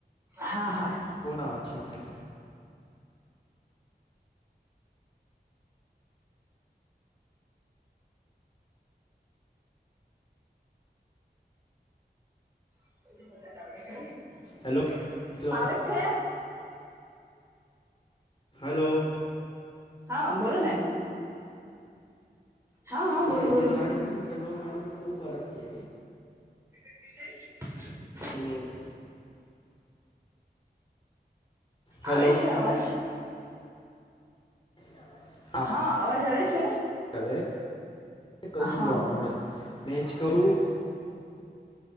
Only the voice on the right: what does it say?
હા હા
<unintelligible>
આવે છે
હા બોલો ને હા હા
બોલો બોલો
<unintelligible>
આવે છે અવાજ?
હા અવાજ આવે છે?
હા